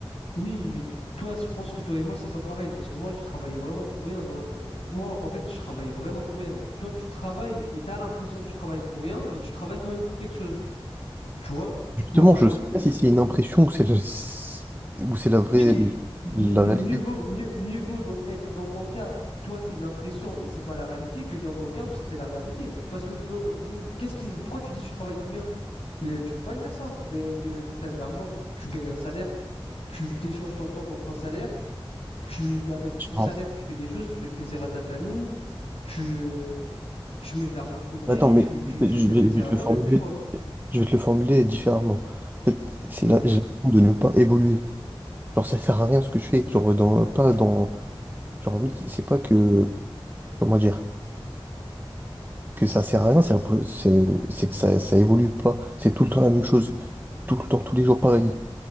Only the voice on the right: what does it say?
Justement,
je
sais pas si c'est une impression ou c'est la, ou c'est la vraie
la
réalité.
Non.
Attends, mais
je
vais,
je vais te
le formuler
Je vais te le formuler différemment. En fait, c'est
là, j'ai l'impression de ne pas évoluer. Genre, ça sert à rien ce que je fais. Genre, dans, pas dans. Genre, en mode, c'est pas que. Comment dire? Que ça sert à rien, c'est un peu- c'est c'est que ça, ça évolue pas. C'est tout le temps la même chose. Tout le temps, tous les jours pareil.